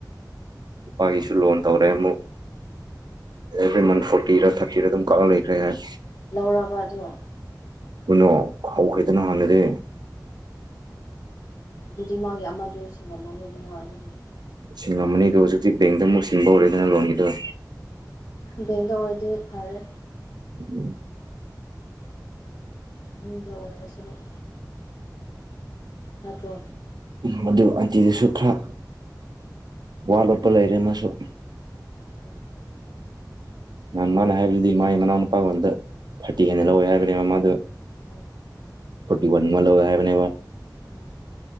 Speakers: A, on the right; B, on the left.
A: ꯅꯨꯄꯥꯒꯤꯁꯨ ꯂꯣꯟ ꯇꯧꯔꯦ ꯑꯃꯨꯛ ꯑꯦꯚ꯭ꯔꯤ ꯃꯟ ꯐꯣꯔꯇꯤꯔꯥ ꯊꯥꯔꯇꯤꯔ ꯑꯗꯨꯝ ꯀꯥꯛꯑ ꯂꯩꯈ꯭ꯔꯦ ꯍꯥꯏ
B: ꯂꯧꯔꯕ ꯑꯗꯣ
A: ꯀꯣꯏꯅꯣ ꯍꯧꯈ꯭ꯔꯦꯗ ꯅꯍꯥꯟꯗꯩꯗꯤ
B: ꯑꯗꯨꯗꯤ ꯃꯥꯒꯤ ꯑꯃꯗꯨ ꯁꯤꯡꯉꯝꯃꯅꯤ ꯑꯗꯨꯅꯥ ꯑꯗꯨꯗꯤ
A: ꯁꯤꯡꯉꯝꯃꯅꯤ ꯑꯗꯣ ꯍꯧꯖꯤꯛꯇꯤ ꯕꯦꯡꯗ ꯑꯃꯨꯛ ꯁꯤꯡꯕ ꯍꯧꯔꯦꯗꯅ ꯂꯣꯟꯒꯤꯗꯣ
B: ꯕꯦꯡꯗ ꯑꯣꯢꯔꯗꯤ ꯐꯔꯦ
A: ꯎꯝ
B: ꯃꯤꯗ ꯑꯣꯏꯔꯣ ꯁꯔꯨꯛ ꯅꯠꯇ꯭ꯔꯣ
A: ꯃꯗꯨ ꯑꯟꯇꯤꯗꯨꯁꯨ ꯈꯔ ꯋꯥ ꯂꯣꯠꯄ ꯂꯩꯔꯦ ꯃꯥꯁꯨ
B: ꯀꯩ
A: ꯅꯍꯥꯟ ꯃꯥꯅ ꯍꯥꯏꯕꯗꯨꯗꯤ ꯃꯥꯢ ꯃꯅꯥꯎ ꯅꯨꯨꯄꯥꯉꯣꯟꯗ ꯊꯥꯔꯇꯤ ꯍꯦꯟꯅ ꯂꯧꯋꯦ ꯍꯥꯏꯕꯅꯦꯕ ꯃꯥꯗꯣ
B: ꯎꯝ
A: ꯐꯣꯔꯇꯤ ꯋꯥꯟꯒꯨꯝꯕ ꯂꯧꯋꯦ ꯍꯥꯏꯕꯅꯦꯕ
B: ꯎꯝ